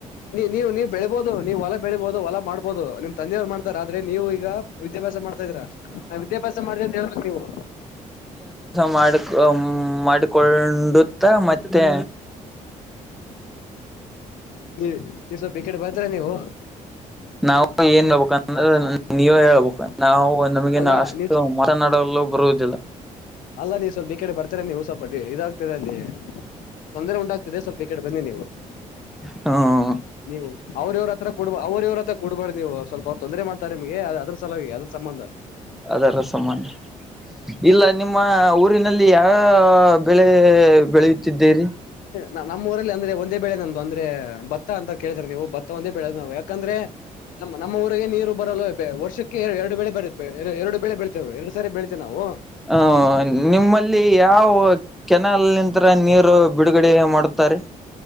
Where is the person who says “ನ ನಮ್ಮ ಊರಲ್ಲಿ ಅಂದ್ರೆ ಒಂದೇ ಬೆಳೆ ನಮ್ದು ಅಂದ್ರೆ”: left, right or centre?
Left